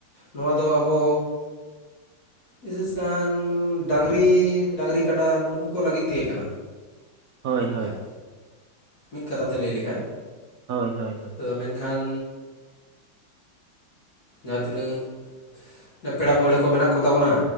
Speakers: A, on the left; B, on the right.
A: ᱱᱚᱣᱟ ᱫᱚ ᱟᱵᱚ ᱵᱤᱥᱤᱥᱠᱟᱱ ᱰᱟᱹᱝᱨᱤ ᱰᱟᱹᱝᱨᱤ ᱠᱟᱰᱟ ᱱᱩᱠᱩ ᱩᱱᱠᱩ ᱞᱟᱹᱜᱤᱫ ᱛᱮᱜᱮ ᱠᱟᱱᱟ
B: ᱦᱳᱭ
A: ᱢᱮᱱᱠᱷᱟᱱ
B: ᱦᱳᱭ
A: ᱢᱤᱫ ᱠᱟᱛᱷᱟ ᱛᱮ ᱞᱟᱹᱭ ᱞᱮᱠᱷᱟᱱ
B: ᱦᱳᱭ ᱦᱳᱭ ᱦᱳᱭ
A: ᱫᱚ ᱢᱮᱱᱠᱷᱟᱱ ᱡᱟᱦᱟᱸ ᱛᱤᱱᱟᱹᱜ ᱯᱮᱲᱟ ᱯᱟᱹᱲᱦᱟᱹ ᱠᱚ ᱢᱮᱱᱟᱜ ᱠᱚ ᱛᱟᱵᱚᱱᱟ